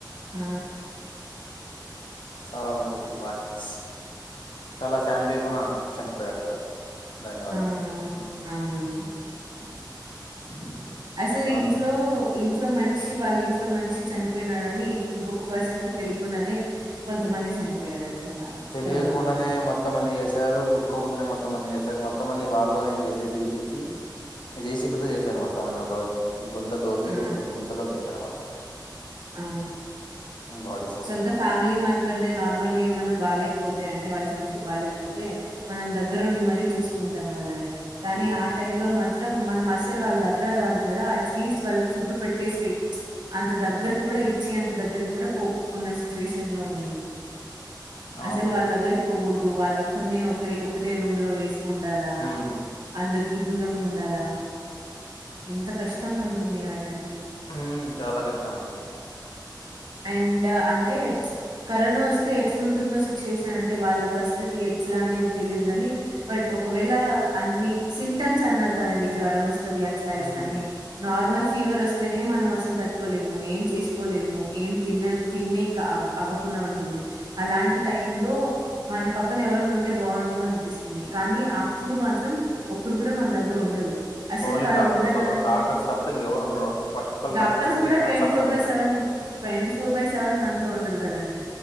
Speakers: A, on the right; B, on the left.
A: ఆ!
B: చాలా మంది లాక్స్ చాలా ఫ్యామిలీ కూడా చనిపోయారు కదా దానివల్ల
A: ఆ! అవును. అవునండి
B: <unintelligible>
A: అసలు
B: చాలా
A: ఇంట్లో ఇంట్లో మనిషి వాళ్ళ ఇంట్లో మనిషి చనిపోయి నడని ఇంకొక పర్సన్ కి తెలియకుండానే కొంతమంది చనిపోయారండి అలా
B: తెలియకుండానే
A: కరోనా వల్లనే.
B: మొత్తం అన్ని చేసారు ముట్టుకోకుండానే మొత్తం అని చేసారు మొత్తం అన్ని వాలే జె సి బి పిలిపించి జెసీబితో చేసారు మొత్తం అని గుంత తోవి
A: ఆ!
B: ఒక గుంతలోకి వేశారు మొత్తం
A: అవును
B: బాడీస్ మొత్తం
A: సొంత ఫ్యామిలీ మంబర్నే నార్మల్ గా ఏమనా బాలే కపోతే అంటే వాళ్ళకి హెల్త్ బాలేకపోతే మనం దగ్గరుండి మరీ చూసుకుంటాం వాళ్ళని కానీ
B: ఉమ్.
A: ఆ టైమ్ లో మా మాత్రం మనం అసలు వాళ్ళ దగ్గర కాదు కదా అట్లీస్ట్ వాళ్ళకి ఫుడ్ పెట్టేసి అంత దగ్గరకి కూడా ఇచ్చి అంత దగ్గరకి కూడా పో ఉన్న సిచ్యువేషన్ లో ఉనింది
B: అవునండి
A: అసలు వాళ్ళ దగ్గరికి పోకూడదు వాళ్ళ ఒకక్కరినే ఒకరి ఒకటే రూమ్ లో వేసి ఉండాలా
B: ఉమ్.
A: అందరు కి దూరంగా ఉండాలా ఎంత కష్టంగా ఉంటుంది ఆ టైమ్ లో
B: ఉమ్, చాలా కష్టం అండి
A: అండ్ అంటే కరోనా వస్తే ఎట్లుంటుందో సిచ్యువేషన్ అంటే వాళ్ళ పరిస్థితి ఎట్లా అనేది తెలీదు కాని బట్ ఒకవేళ అన్ని సిమ్టమ్స్ అన్నారు కదండి జ్వరం వ వస్తుంది అట్లా ఇట్లానే
B: ఉమ్.
A: నార్మల్ ఫీవర్ వస్తేనే మనం అసలు తట్టుకోలేము ఏం చేసుకోలేము ఏం తిన్న తిన్నే అవ్వకుండా ఉంటుంది అలాంటి టైమ్ లో మనం పక్కన ఎవరన్నా ఉంటే బాగుండు అనిపిస్తుంది కానీ అప్పుడు మాత్రం ఒకరు కూడా మన దగ్గర ఉండరు అసలు
B: ఓన్లీ
A: వాళ్ళు
B: డాక్టర్స్
A: ఉండాలనుకున్న
B: ఒక డాక్టర్స్ తప్ప ఇంకెవరు ఉండరు ఫస్ట్ ఆఫ్ ఆల్
A: డాక్టర్స్
B: డాక్టర్
A: కూడా
B: హస్ఫ
A: ట్వంటీ ఫోర్
B: చెప్పాలి
A: బై seven twenty four by seven month త ఉండరు కదండి